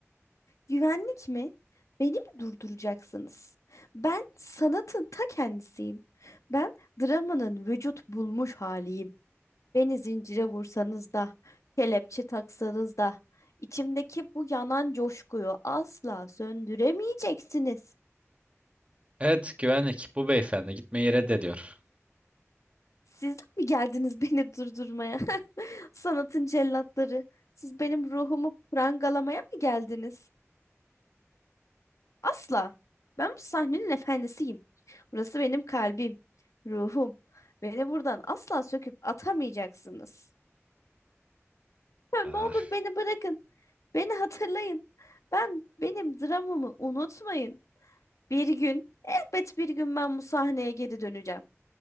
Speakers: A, on the left; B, on the right.
A: güvenlik mi? Beni mi durduracaksınız? Ben sanatın ta kendisiyim. Ben dramanın vücut bulmuş haliyim. Beni zincire vursanız da, kelepçe taksanız da, içimdeki bu yanan coşkuyu asla söndüremeyeceksiniz.
B: Evet güvenlik bu beyefendi gitmeyi reddediyor.
A: Sizler mi geldiniz beni durdurmaya? <laughs> Sanatın cellatları, siz benim ruhumu prangalamaya mı geldiniz? Asla. Ben bu sahnenin efendisiyim. Burası benim kalbim, ruhum. Beni buradan asla söküp atamayacaksınız. Ya
B: Ah,
A: Ne olur beni bırakın. Beni hatırlayın. Ben benim dramımı unutmayın. Bir gün, elbet bir gün ben bu sahneye geri döneceğim.